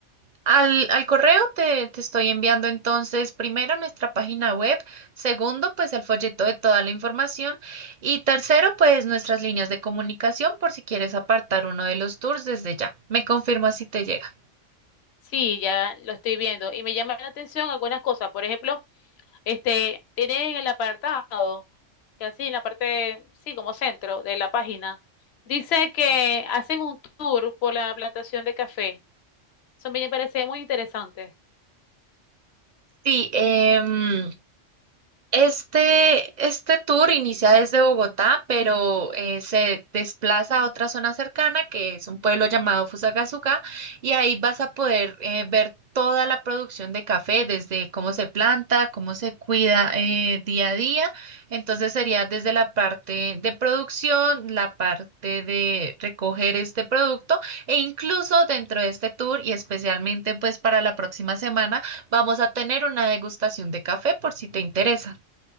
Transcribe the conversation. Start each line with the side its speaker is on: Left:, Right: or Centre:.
Right: Al, al correo te, te estoy enviando entonces, primero nuestra página web, segundo, pues el folleto de toda la información y tercero, pues nuestras líneas de comunicación por si quieres apartar uno de los tours desde ya. Me confirma si te llega.
Left: Sí, ya lo estoy viendo y me llaman la atención algunas cosas. Por ejemplo, este, tienen el apartado, que así en la parte, sí, como centro de la página, dice que hacen un tour por la plantación de café. Eso me parece muy interesante.
Right: Sí, em, Este, este tour inicia desde Bogotá, pero eh, se desplaza a otra zona cercana, que es un pueblo llamado Fusagasugá, y ahí vas a poder eh, ver toda la producción de café, desde cómo se planta, cómo se cuida eh, día a día. Entonces sería desde la parte de producción, la parte de recoger este producto, e incluso dentro de este tour, y especialmente pues para la próxima semana, vamos a tener una degustación de café por si te interesa.